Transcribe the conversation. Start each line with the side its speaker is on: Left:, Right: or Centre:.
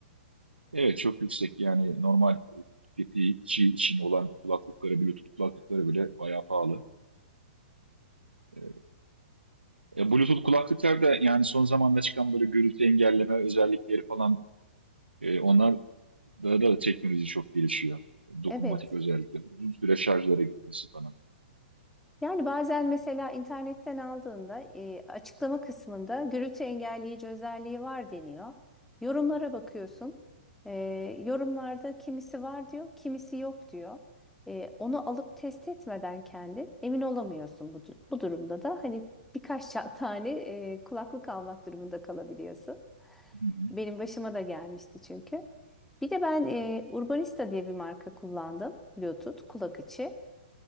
Right: Evet çok yüksek yani normal e, tüketici için olan kulaklıkları, Bluetooth kulaklıkları bile bayağı pahalı. E, e, Bluetooth kulaklıklar da yani son zamanda çıkan böyle gürültü engelleme özellikleri falan e, onlar da, da teknoloji çok gelişiyor. Dokunmatik
Centre: Evet.
Right: özellikle. Uzun süre şarjlara gitmesi falan.
Centre: Yani bazen mesela internetten aldığında e, açıklama kısmında gürültü engelleyici özelliği var deniyor. Yorumlara bakıyorsun. E, yorumlarda kimisi var diyor, kimisi yok diyor. E, onu alıp test etmeden kendin emin olamıyorsun bu, du- bu durumda da. Hani birkaç <laughs> ça- tane e, kulaklık almak durumunda kalabiliyorsun.
Right: Hı hı.
Centre: Benim başıma da gelmişti çünkü. Bir de ben e, Urbanista diye bir marka kullandım. Bluetooth kulak içi.